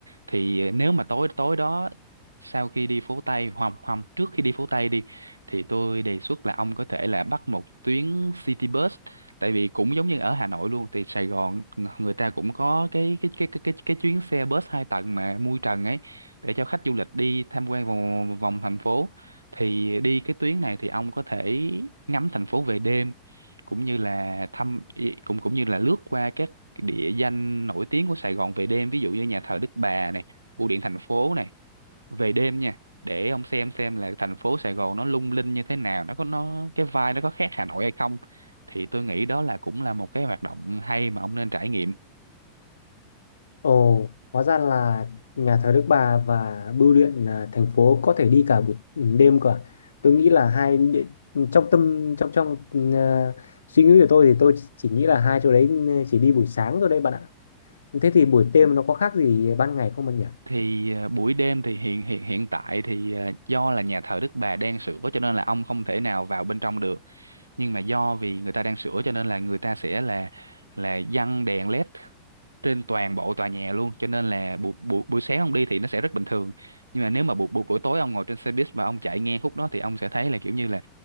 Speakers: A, on the right (about 80°); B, on the left (about 70°).
A: thì ờ, nếu mà tối tối đó sau khi đi phố Tây hoặc không trước khi đi phố Tây đi thì tôi đề xuất là ông có thể là bắt một tuyến city bus tại vì cũng giống như ở Hà Nội luôn thì Sài Gòn người ta cũng có cái cái cái cái cái, cái chuyến xe bus hai tầng mà mui trần ấy để cho khách du lịch đi tham quan vòng vòng thành phố thì đi cái tuyến này thì ông có thể ngắm thành phố về đêm cũng như là thăm ý- cũng cũng như là lướt qua các địa danh nổi tiếng của Sài Gòn về đêm ví dụ như nhà thờ Đức Bà này bưu điện thành phố này về đêm nha để ông xem xem là thành phố Sài Gòn nó lung linh như thế nào nó có nó cái vibe nó có khác Hà Nội hay không thì tôi nghĩ đó là cũng là một cái hoạt động hay mà ông nên trải nghiệm
B: Ồ, hóa ra là nhà thờ Đức Bà và bưu điện à, thành phố có thể đi cả buổi ừ, đêm cả. Tôi nghĩ là hai địa- trong tâm trong trong ừ, à, suy nghĩ của tôi thì tôi chỉ nghĩ là hai chỗ đấy ừ, chỉ đi buổi sáng thôi đấy bạn ạ. Thế thì buổi đêm nó có khác gì ban ngày không bạn nhỉ?
A: thì à, buổi đêm thì hiện hiện hiện tại thì à, do là nhà thờ Đức Bà đang sửa cho nên là ông không thể nào vào bên trong được nhưng mà do vì người ta đang sửa cho nên là người ta sẽ là là giăng đèn led trên toàn bộ tòa nhà luôn cho nên là buổi buổi buổi sáng ông đi thì nó sẽ rất bình thường nhưng mà nếu mà buổi buổi buổi tối ông ngồi trên xe buýt và ông chạy ngang khúc đó thì ông sẽ thấy là kiểu như là